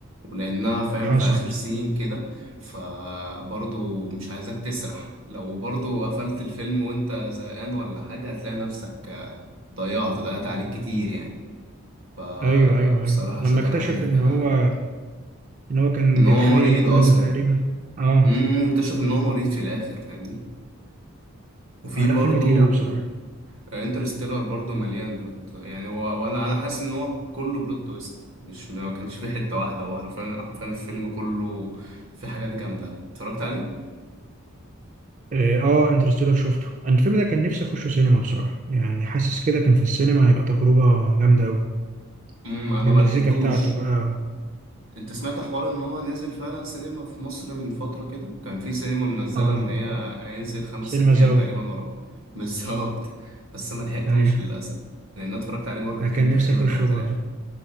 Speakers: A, on the right; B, on the right.
A: ولانها فاهم
B: حصل
A: في اخر سين كده فبرضو مش عايزاك تسرح لو برضو قفلت الفيلم وانت زهقان ولا حاجة هتلاقي نفسك آه، ضيعت ضيعت عليك كتير يعني فبصراحة
B: ايوه ايوه ايوه لما
A: شاتر
B: اكتشف
A: ايلاند
B: ان
A: كان
B: هو
A: عالمي
B: ان هو كان
A: ان هو
B: بيتخيل
A: مريض
B: كل
A: اصلا
B: ده تقريبا اه,
A: امم اكتشف ان هو مريض في الاخر فاهمني وفي
B: آه
A: برضو
B: لا فيلم تقيل قوي بصراحة
A: آه، انترستيلر برضو مليان بلوت يعني هو وانا انا حاسس ان هو كله بلوت تويست مش ما كانش فيه حته واحده هو حرفيا حرفيا الفيلم كله فيه حاجات جامده اتفرجت عليه
B: اه, آه انترستيلر شفته انا الفيلم ده كان نفسي اخشه سينما بصراحة يعني حاسس كده كان في السينما هيبقى تجربة جامدة قوي
A: امم انا
B: بالمزيكا
A: ما لحقتوش
B: بتاعته بقى
A: انت سمعت حوار ان هو نزل فعلا سينما في مصر من فتره كده كان في سينما منزله
B: اه آه.
A: ان هي هينزل خمس
B: سينما
A: ست
B: زاوية
A: ايام تقريبا ورا بعض <laughs> بالظبط بس ما لحقتوش
B: ايوه
A: للاسف لان انا اتفرجت عليه مرتين
B: أنا كان
A: تقريبا
B: نفسي اخشه
A: او ثلاثه
B: برضه